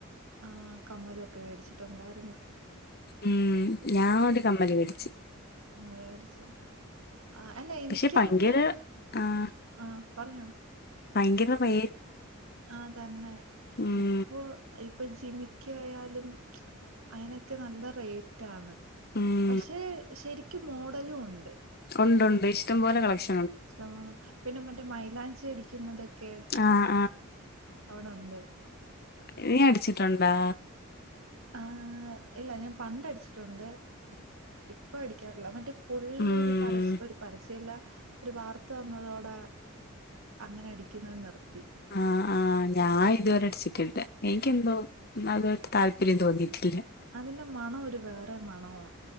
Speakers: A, on the right; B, on the left.
A: ആഹ് കമ്മലൊക്കെ വേടിച്ചിട്ടുണ്ടായിരുന്ന്
B: ഉം ഞാൻ ഒരു കമ്മല് വേടിച്ച്
A: വേടിച്ച് ആഹ് അല്ല എനിക്കന്ന്
B: പക്ഷെ ഭയങ്കര ആഹ്
A: ആഹ് പറഞ്ഞോ
B: ഭയങ്കര റേ
A: ആഹ് തന്നെ
B: ഉം
A: ഇപ്പൊ ഇപ്പൊ ജിമിക്കി ആയാലും അതിനൊക്കെ നല്ല റേറ്റാണ്
B: ഉം
A: പഷേ ശരിക്കും മോഡലുണ്ട്
B: ഒണ്ട് ഒണ്ട് ഇഷ്ടംപോലെ കളക്ഷ
A: ഇഷ്ടംപോലെ പിന്നെ മറ്റേ മൈലാഞ്ചി അടിക്കുന്നതൊക്കെ
B: ആഹ്
A: അവിടൊണ്ട്
B: നി അടിച്ചിട്ടുണ്ടാ
A: ആഹ് ഇല്ല ഞാൻ പണ്ടടിച്ചിട്ടുണ്ട് ഇപ്പൊ അടിക്കാറില്ല മറ്റെ പുള്ളി
B: ഉം
A: ഒരു പരസ് ഒരു പരസ്യല്ല ഒരു വാർത്ത വന്നതോടെ അങ്ങനെ അടിക്കുന്ന നിർത്തി
B: ആഹ് ആഹ് ഞാൻ ഇതുവരെ അടിച്ചിട്ടില്ല എനിക്ക് എന്തോ അതുആയിട്ട് താല്പര്യം തോന്നീട്ടില്ല്യ
A: അതിന്റെ മണം ഒരു വേറെ മണവാ